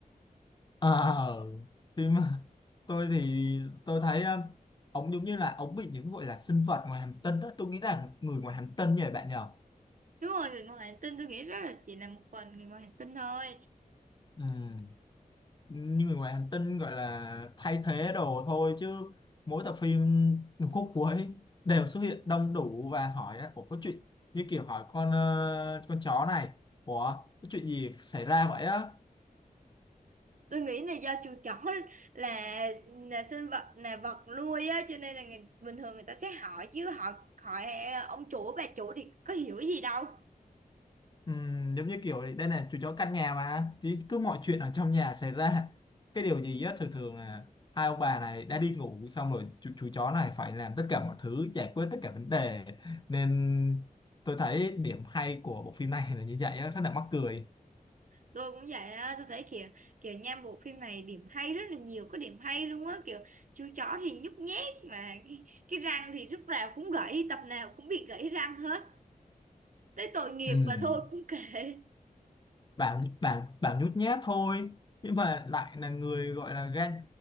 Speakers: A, on the left; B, on the right.
A: Ờ, thì mà, tôi thì tôi thấy um, ông giống như là ông bị những gọi là sinh vật ngoài hành tinh đó tôi nghĩ là người ngoài hành tinh nhỉ bạn nhở
B: đúng rồi người ngoài hành tinh tôi nghĩ rất là chỉ là một phần người ngoài hành tinh thôi
A: Ừm, như người ngoài hành tinh gọi là thay thế đồ thôi chứ mỗi tập phim khúc cuối đều xuất hiện đông đủ và hỏi là ủa có chuyện như kiểu hỏi con ờ, con chó này ủa có chuyện gì xảy ra vậy á
B: tôi nghĩ là do chuột chỏ <laughs> là là sinh vật là vật nuôi á cho nên là người, bình thường người ta sẽ hỏi chứ họ hỏi ông chủ bà chủ thì có hiểu gì đâu
A: Ừm, giống như kiểu đấy, đây này chú chó căn nhà mà chứ cứ mọi chuyện ở trong nhà xảy ra cái điều gì á thường thường là hai ông bà này đã đi ngủ xong rồi chú, chú chó này phải làm tất cả mọi thứ giải quyết tất cả vấn đề nên tôi thấy điểm hay của bộ phim này là như vậy á rất là mắc cười
B: tôi cũng vậy á tôi thấy kiểu kiểu nha bộ phim này điểm hay rất là nhiều có điểm hay luôn á kiểu chú chó thì nhút nhát mà cái, cái răng thì lúc nào cũng gãy tập nào cũng bị gãy răng hết tới tội nghiệp
A: Ừm,
B: mà thôi cũng kệ
A: bảo bảo bảo nhút nhát thôi nhưng mà lại là người gọi là gan